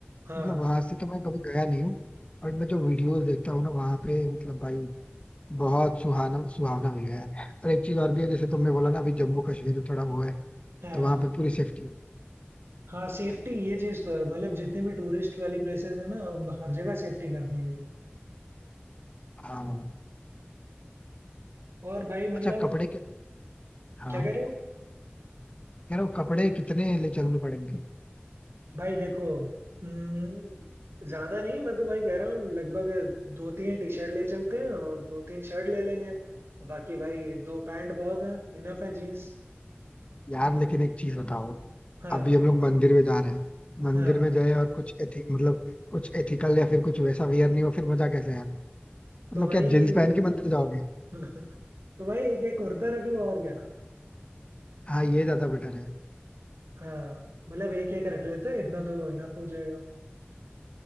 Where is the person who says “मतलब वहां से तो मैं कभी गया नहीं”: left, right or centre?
Left